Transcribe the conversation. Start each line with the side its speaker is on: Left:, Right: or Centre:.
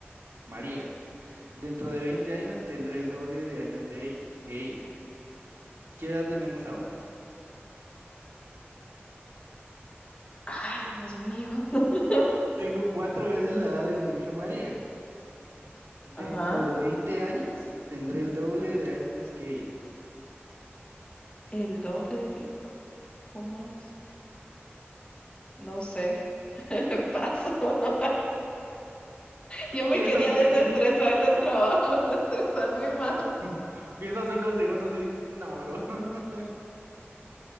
Right: María. Dentro de 20 años tendré el doble de años de ella, que ella. ¿Qué edad tenemos ahora?
Left: Ay, Dios mío. <laughs>
Right: Tengo cuatro veces la edad de mi hija María. Dentro
Left: Ajá.
Right: de 20 años tendré el doble de años que ella.
Left: El doble que ¿cómo es? No sé. <laughs> Paso. <laughs> Yo me
Right: Piensa
Left: quería
Right: cinco,
Left: desestresar del trabajo, <laughs> no estresarme más.
Right: <laughs> piensa cinco segundos y... No, bro. <laughs>